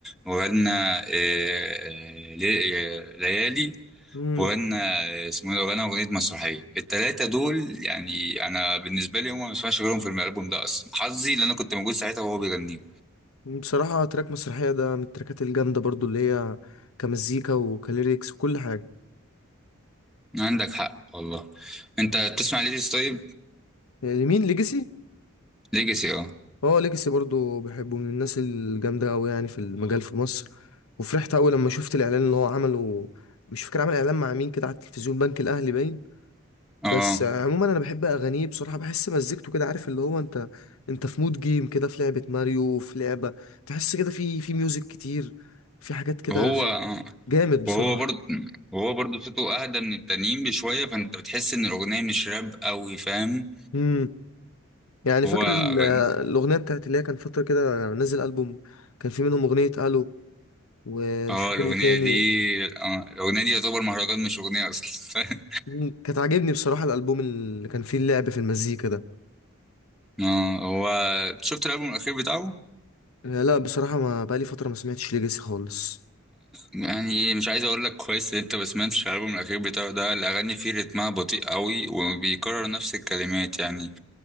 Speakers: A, in the centre; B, on the left.
A: وغنى آه، آه، لي- آه، ليالي
B: امم
A: وغنى اسمه ايه ده؟ وغنى اغنيه مسرحيه التلاته دول يعني انا بالنسبه لي هم ما بسمعش غيرهم في الالبوم ده اصلا حظي لان انا كنت موجود ساعتها وهو بيغنيه
B: بصراحه تراك مسرحيه ده من التراكات الجامده برضو اللي هي كمزيكا وكليريكس وكل حاجه
A: عندك حق والله انت بتسمع ليجاسي طيب
B: لمين ليجاسي
A: ليجاسي اه
B: اه ليجاسي برضو بحبه من الناس الجامده قوي يعني في المجال في مصر وفرحت قوي لما شفت الاعلان اللي هو عمله مش فاكر عمل اعلان مع مين كده على التلفزيون بنك الاهلي باين بس
A: اه
B: عموما انا بحب اغانيه بصراحه بحس مزيكته كده عارف اللي هو انت انت في مود جيم كده في لعبه ماريو في لعبه تحس كده في في ميوزك كتير في حاجات كده
A: وهو
B: ف-
A: آه.
B: جامد بصراحه
A: وهو برضه وهو برضه صوته اهدى من التانيين بشويه فانت بتحس ان الاغنيه مش راب قوي فاهم
B: امم يعني
A: هو
B: فاكر ال-
A: غني
B: الاغنيه بتاعت اللي هي كان فتره كده نزل البوم كان في منهم اغنيه الو ومش
A: اه
B: فاكر
A: الاغنيه
B: ايه تاني
A: دي اه الاغنيه دي يعتبر مهرجان مش اغنيه اصلا <laughs>
B: مم، كانت عاجبني بصراحه الالبوم اللي كان فيه اللعب في المزيكا ده
A: اه هو شفت الالبوم الاخير بتاعه
B: آه، لا بصراحه ما بقالي فتره ما سمعتش ليجاسي خالص
A: يعني مش عايز اقول لك كويس ان انت ما سمعتش الالبوم الاخير بتاعه ده الاغاني فيه رتمها بطيء قوي وبيكرر نفس الكلمات يعني